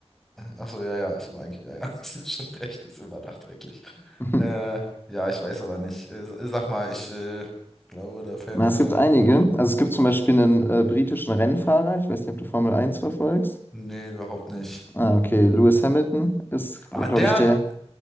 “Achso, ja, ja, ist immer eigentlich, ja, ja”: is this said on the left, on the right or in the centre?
Centre